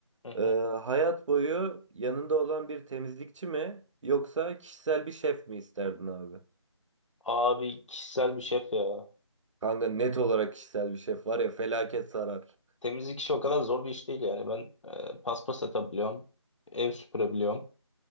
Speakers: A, on the left (about 85°); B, on the right (about 85°).
A: Hı
B: Eee,
A: hı.
B: hayat boyu yanında olan bir temizlikçi mi yoksa kişisel bir şef mi isterdin abi?
A: Abi kişisel bir şef ya.
B: Kanka net olarak kişisel bir şef var ya felaket sarar.
A: Temizlik işi o kadar zor bir iş değil yani. Ben e, paspas atabiliyorum. Ev süpürebiliyorum.